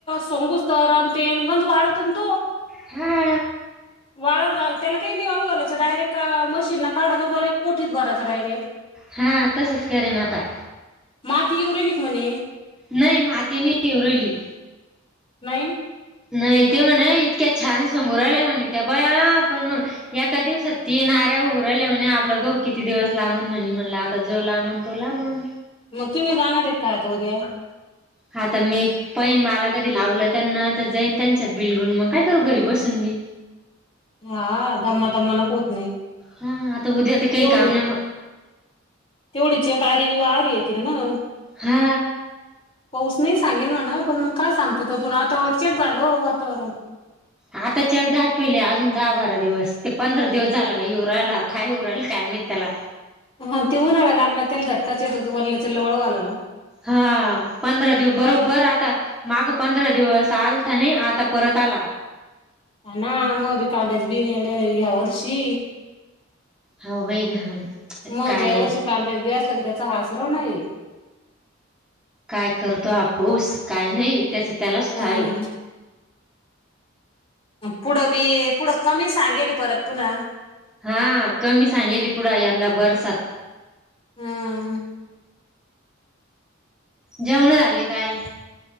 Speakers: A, on the left; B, in the centre.
A: सोंगूसं तर अन् तेन गंज वाळतो ना तो.
B: हा,
A: वाळु घि, त्याला काही नही वाळू घालायच डायरेट मशीनना काढा का कोठीत भरायच डायरेक्ट.
B: हा तसंच करेन आता.
A: मााती येवु राहिलि का म्हणे?
B: नही माती नहि येवु राहिली.
A: नाही
B: नाही ते म्हणा इतक्या छान सोखु राहिल्या म्हणे त्या बाया, पण म एका दिवसात तीन आऱ्या होऊ राहिल्या म्हणे, आपलं गहू किती दिवस लाफंल म्हणे, म्हणलं आ तर जो लामण तो लामण.
A: म तुम्ही जाणार काय आता उद्या?
B: हा त मी पहिन मला कधी लावलं त्यांना आता जाईन, त्यांच्यात बिलगुन मग काय करू घरी बसून बी.
A: हा दममा दमा न त नाही,
B: हा आता उद्या तर काही
A: तेवढि
B: काम नाही मग
A: तेवढीच एक आरी, विवहारी येती ना मग.
B: हा.
A: पाऊस नाही सांगेल म्हणा पण मग काय सांगते त पण आता चेक झालो वातावरण.
B: आता चेक दाखविले अजून दहा बारा दिवस ते पंधरा दिवस झालं काय येऊ राहिला का येऊ राहिला काय माहित त्याला.
A: म ती उन्हाला लागला तीला झटकाच येत होतो <unintelligible> घालायला
B: हा पंधरा बरोबर
A: वल
B: आता माग पंधरा दिवस आलता नई आता परत आला
A: हो ना म बी कांद्याच बिन येल ह्या वर्षी
B: हवय घाण
A: मग
B: काय
A: ज्या वर्षी कांद्याच बी असला का त्याचा हासरो नाही
B: काय करतो हा पाऊस काय नाही त्याच त्यालाच
A: हम्म
B: ठावये
A: पुढं बी पुढं कमी सांगेल परत पुन्हा
B: हा कमी सांगेली पुढं यंदा बरसात.
A: हम्
B: जेवण झाले काय